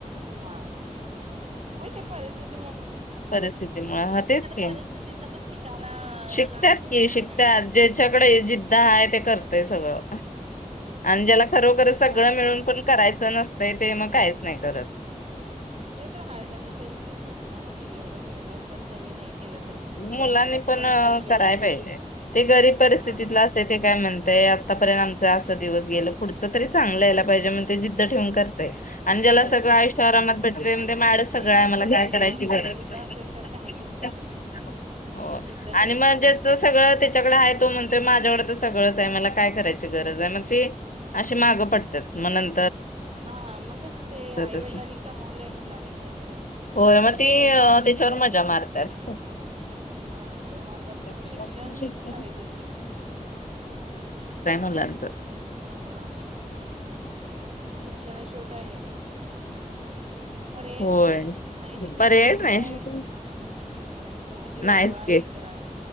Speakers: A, on the right; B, on the left.
A: हा हा होय ते परिस्थिती
B: परिस्थिती मुळ हा तेच कि,
A: परिस्थितीतन पण शिकायला
B: शिकतात
A: लागतयच
B: कि शिकतात
A: कारण
B: ज्याच्याकडे जिद्द आहे, ते करतय सगळं
A: हा
B: आणि ज्याला खरोखर
A: शिकायला
B: सगळं मिळून
A: पाहिजे.
B: पण करायचं नसतय ते मग काहीच नाही करत
A: ते तर हायच त्यांची चुक ना मती एवढं भेटून पण त्यांनी नाही केलं तर मग
B: मुलांनी
A: त्यांचं
B: पण
A: नशीब शेवटी
B: कराय पाहिजे ते गरीब परिस्थितीतलं
A: हा
B: असे ते काय म्हणतेय आतापर्यंत आमच आ दिवस गेल पुढच तरी चगलं यायला पाहिजे म्हणजे जिद्द ठेवून करतय आणि ज्याला
A: करतय
B: सगळं आयुष्य
A: हा
B: आयशो आरामात भेटले ते म्हणत माझ्याकड सगळं
A: नाही
B: आहे
A: जिद्द
B: मला
A: पाहिजे
B: काय करायची
A: माणसाला
B: गरज
A: जिद्द
B: नाही.
A: असेल तर काही पण करू शकतो त्यामुळे
B: हो
A: जिद्द ठेवली
B: आणि म
A: पाहिजे
B: ज्याच सगळं त्याच्याकडे आहे तो म्हणतोय माझ्याकड तर सगळंच आहे मला काय करायची गरज मग ते अशी माग पडत्यात म नं
A: हा मगच ते आईवडिलांनी
B: तसं.
A: कमावलंय मुलांनी खायचं
B: होय मग
A: पण
B: ती
A: त्यांच्या
B: अ,
A: मुलांनी
B: त्याच्यावर
A: काय
B: मजा
A: खायचं
B: मारतात.
A: असं पण होतंय हा त्यामुळे आतापासून
B: शैक्षणिक
A: शिक्षण पाहिजेच शिक्षण
B: होलाच
A: हा शिक्षणाशिवाय काय हे नाही. पर्यायच
B: होय
A: नाहीय नाही शिकलं
B: पर्याय
A: तर मग
B: नाही
A: काय ओजी वडवा
B: नाहीच
A: हे
B: की
A: करा